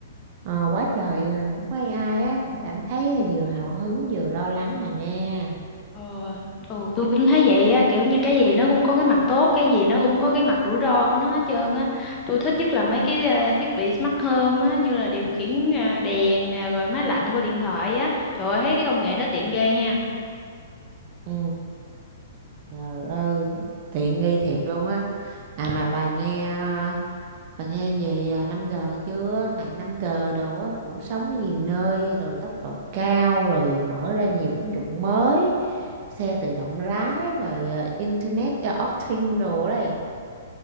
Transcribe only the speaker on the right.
ờ, quá trời à, cũng có AI á cũng cảm thấy à, vừa hào hứng vừa lo lắng à nha
ừ trời ơi tiện nghi thiệt luôn á à mà bà nghe ờ, Bà nghe về à, 5G chưa? Mạng năm g đồ á, phủ sóng ở nhiều nơi, rồi tốc độ cao, rồi mở ra nhiều ứng dụng mới, xe tự động lái, rồi à, Internet of Things đồ đấy.